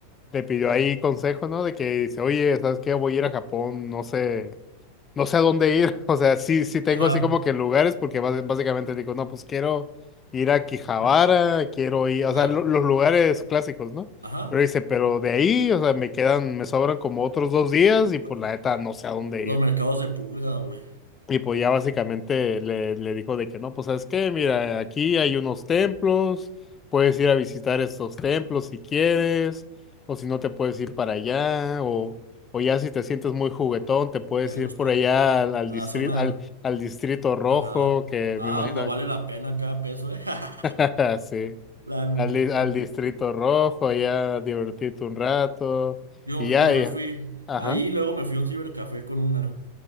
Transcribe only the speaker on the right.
Ajá.
Sí,
claro.
Ajá.
güey.
Los
mercados de pulga, güey.
En
los
templos.
A
la zona.
Ajá.
Ah,
no vale la pena cada peso, eh. <laughs>
La neta.
Yo,
yo
me fui.
Ahí luego me fui a un cibercafé con una.